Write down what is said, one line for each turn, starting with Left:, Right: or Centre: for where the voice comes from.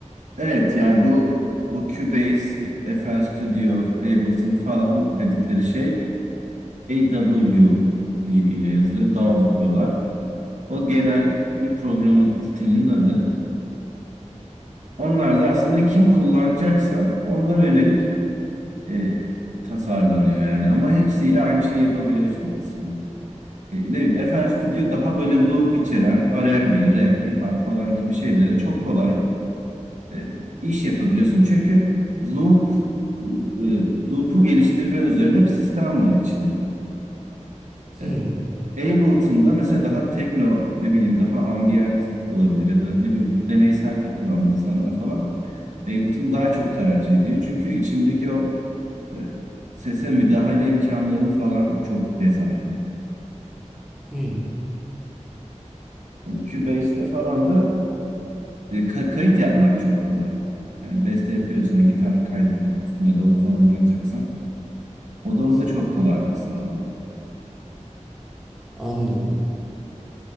Right: Evet yani bu o Cubase, FL Studio, Ableton falan dedikleri şey DAW diye yazılıyor. DAW diyorlar. O genel bir programın stilinin adı. Onlar da aslında kim kullanacaksa onlara yönelik e, tasarlanıyor yani. Ama hepsiyle aynı şeyi yapabiliyorsun aslında. E, ne bileyim, FL Studio daha böyle loop içeren R&B, rap, hip hop falan gibi şeylere çok kolay e, iş yapabiliyorsun. Çünkü loop e, loop'u geliştirme üzerine bir sistem var içinde. E,
Centre: <laughs>
Right: Ableton'da mesela daha tekno, ne bileyim daha ambient olabilir ya da ne bileyim deneysel takılan insanlar falan Ableton daha çok tercih ediyor. Çünkü içindeki o e, sese müdahale imkanların falan çok detaylı.
Centre: Hımm.
Right: Hani Cubase'de falan da e, ka- kayıt yapmak çok kolay. Yani beste yapıyorsan gitar kaydedip üstüne davul falan yazacaksan o da
Centre: <laughs>
Right: orada çok kolaylık sağlıyor.
Centre: Anladım.